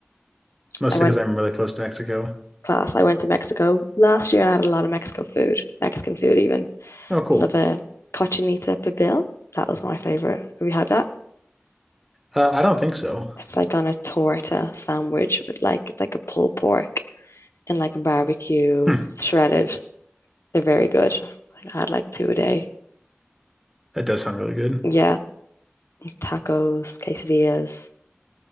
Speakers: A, in the centre; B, on the left (about 85°).
A: mostly
B: I went
A: because I'm really close to Mexico.
B: class. I went to Mexico last year and I had a lot of Mexico food, Mexican food even.
A: Oh, cool.
B: Love a cochinita pibil. That was my favorite. Have you had that?
A: Uh, I don't think so.
B: It's like on a torta sandwich with like it's like a pulled pork and like a barbecue,
A: Hmm,
B: shredded They're very good. Like, I had like two a day.
A: that does sound really good.
B: Yeah, tacos, quesadillas.